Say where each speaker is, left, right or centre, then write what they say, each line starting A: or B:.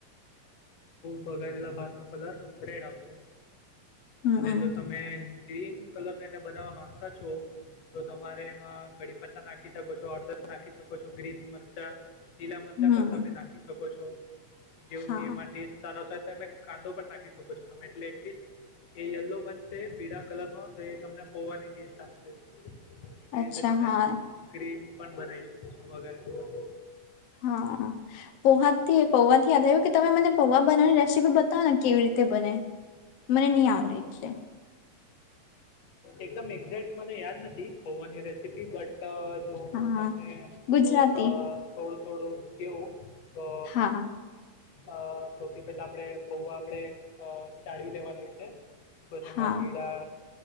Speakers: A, on the left; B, on the left.
A: વઘારેલા ભાતનો કલર રેડ આવશે.
B: હમ
A: અને જો તમે ગ્રીન કલર નેને બનાવા માંગતા છો. તો તમારે એમાં કડી પત્તા નાખી શકો છો, હડદર નાખી શકો છો, ગ્રીન મરચા લીલા મરચા
B: હમ
A: પણ તમે નાખી શકો છો. જેવું
B: હા
A: થી એમાં ટેસ્ટ સારા તમે કાંદો પણ નાખી શકો છો તમે એટલે એટલીસ્ટ એ યલો બનશે પીડા કલર નો તો એ તમને હોવાની ટેસ્ટ આપશે. એવી
B: અચ્છા
A: રીતે તમે
B: હા
A: ગ્રીન પણ બનાવી શકો છો વઘારેલો ભાત.
B: હા પોહા થી પૌવા થી યાદ આવ્યું કે તમે મને પૌવા બનાવાની રેસીપી બતાવો ને કેવી રીત તે બને મને નઈ આવડે એટલે.
A: એકદમ એક્ઝેક્ટ મને યાદ નથી પૌંઆની રેસીપી બટ ટ જો
B: હા
A: હું તમને
B: ગુજરાતી
A: અ થોડું થોડું કેવું તો
B: હા
A: અ સૌથી પેલા આપડે પૌવા આપડે અ ચાળવી લેવાના હોય છે કીડા
B: હા